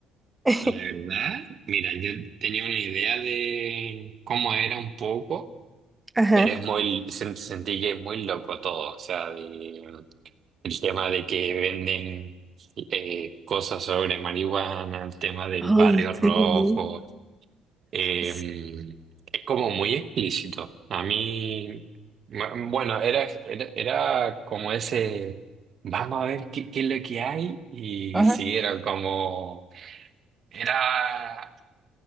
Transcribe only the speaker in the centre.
<laughs>
Ajá.
Ay,
sí.
Sí.
Ajá.